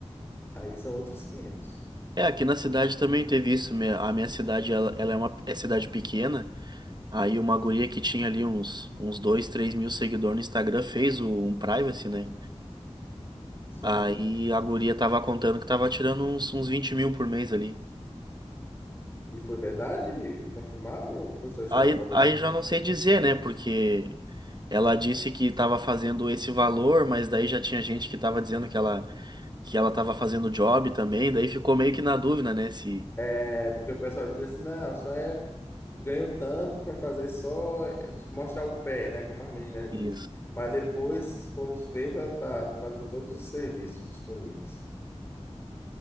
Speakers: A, on the left (about 20°); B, on the right (about 40°).
A: Aí são outros quinhentos
B: É, aqui na cidade também teve isso. Me- A minha cidade, ela, ela é uma é cidade pequena. Aí uma guria que tinha ali uns, uns 2 3 mil seguidores no Instagram fez o- um privacy, né?
A: Sim.
B: Aí a guria tava contando que tava tirando uns, uns 20 mil por mês ali.
A: E foi verdade? Confirmaram ou foi só história
B: Aí,
A: para boi
B: aí já não sei dizer, né? Porque ela disse que estava fazendo esse valor, mas daí já tinha gente que estava dizendo que ela que ela estava fazendo job também, daí ficou meio que na dúvida, né? Se
A: É, porque o pessoal diz assim, não, só é ganho tanto para fazer só é, mostrar o pé, né, como as meninas
B: isso,
A: dizem. Mas depois, quando vê, tá, tá tá fazendo todos os serviços disponíveis.